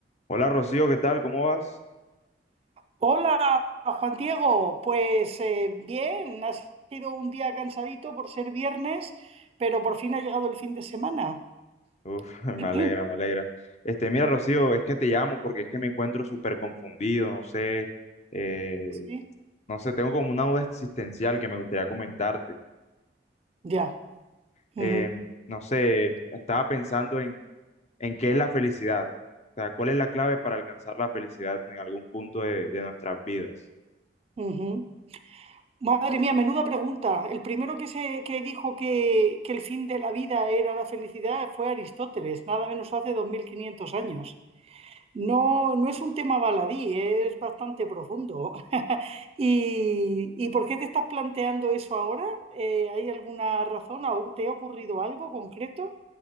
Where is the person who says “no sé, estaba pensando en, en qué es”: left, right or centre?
Left